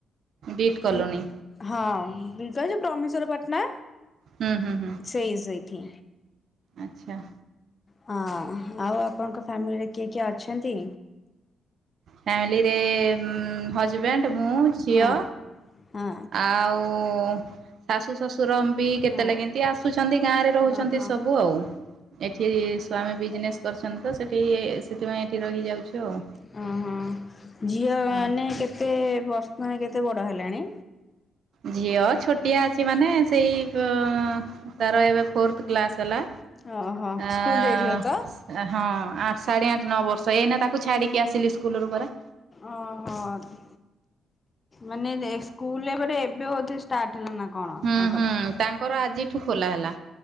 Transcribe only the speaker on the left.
କି ହଁ ଛ୍ରମେଶ୍ଵର <inaudible> ପଟଣା
ସେଇ ସେଇଠି
ହଁ ଆଉ ଆପଣଙ୍କ ଫ୍ୟାମିଲି ରେ କିଏ କିଏ ଅଛନ୍ତି?
ହଁ ହଁ
ହଁ
ଓହୋ
ହଁ ହଁ ଝିଅ ମାନେ
କେତେ ବର୍ଷ କେତେ ବଡ଼ ହେଲେଣି?
ଓହୋ ସ୍କୁଲ
ଯାଇଥିବ ତ?
ଓହୋ ମାନେ ସ୍କୁଲ୍ ଏବଟ ଏବେ ବୋଧେ ଷ୍ଟାର୍ଟ ହେଲା ନା କଣ
ତାଙ୍କର?